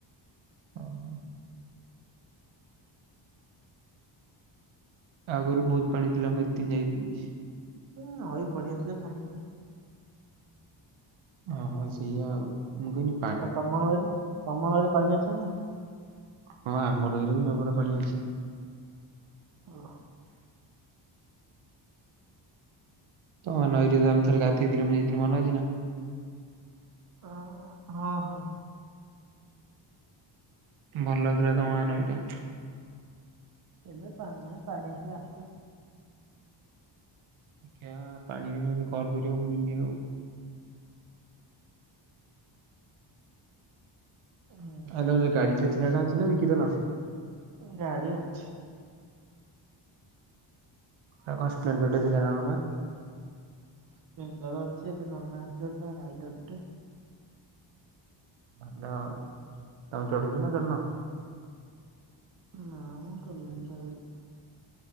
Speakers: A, on the right; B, on the right.
A: ଓହୋ ଆଗରୁ ବହୁତ ପାଣି ଥିଲା ମୁଁ ଦେଖିଥିନି ଯାଇକି।
B: ଏ ନଈ ବଢି ଆସିଲେ ପାଣି ହୁଏ।
A: ଓହୋ, ସେଇଆ ଆଉ ମୁଁ କହିନି
B: ଆଉ ତୋମ ନଈରେ, ତୋମ ନଈରେ ପାଣି ଅଛି ନା ନାହିଁ?
A: ହଁ ଆମ ନଈରେ ବି ଜବର ପାଣି ଅଛି।
B: ହଁ।
A: ତମ ନଈରେ ଆମେ ଥରେ ଗାଧେଇଥିଲେ ମୁଁ ଯାଇଥିଲି ମନ ଅଛି ନା?
B: ଅ-ଅ-ଅ ହଁ ହଁ।
A: ଭଲ ଲାଗୁଥିଲା ତମ ଗାଁ ନଈଟା।
B: ଏବେ ପାଣି ନାଁଇ ପାଣି ଆସିଲେ ଆସିବ।
A: ଦେଖିବା ପାଣି ହେଲେ କଲ୍ କରିବ ମୁଁ ଯିବି ଆଉ।
B: ହୁଁ।
A: ଆ ତମର ଯୋଉ ଗାଡି ଟା ଥିଲା ନା ଅଛି ନା ବିକି ଦେଲ?
B: ଉ ଗାଡି ଅଛି।
A: ଆଉ କଣ ସ୍ପ୍ଲେଣ୍ଡର ଟା ଥିଲା ନା କଣ ପା?
B: ସ୍ପ୍ଲେଣ୍ଡର ଅଛି ଏବେ ନନା ଆଣିଛି ପା ରାଇଡରଟେ।
A: ଆ ୱଓ ତମେ ଚଢୁଛ ନା ଚଢ଼ୁନ?
B: ନା ମ ପ୍ରୋବ୍ଲେମ ତା ଆଡୁ।